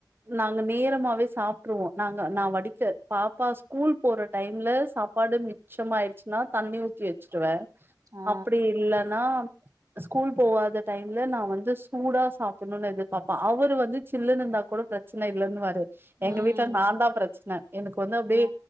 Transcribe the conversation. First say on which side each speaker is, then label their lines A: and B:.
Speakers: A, on the right (about 30°); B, on the right (about 55°).
A: நாங்க நேரமாவே சாப்ட்ருவோ நாங்க நா வடிக்க பாப்பா ஸ்கூல் போற டைம்ல சாப் ப்பாடு மிச்சமாயிருச்சுனா தண்ணி ஊத்தி வெச்சிருவே
B: ஆ.
A: அப்டி இல்லனா ஸ்கூல் போவாத டைம்ல நா வந்து சூடா சாப்புட்ணுனு எதிர்பாப்பா அவரு வந்து சில்லுனு இருந்தா கூட பிரச்சன இல்லன்னுவாரு எங்க
B: ம்.
A: வீட்ல நாந்தா பிரச்சன எனக்கு வந்து அப்டியே
B: ஆ.